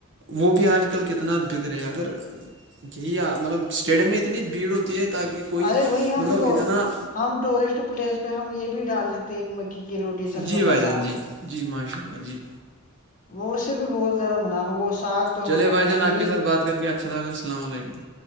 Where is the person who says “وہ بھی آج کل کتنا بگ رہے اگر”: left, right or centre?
Right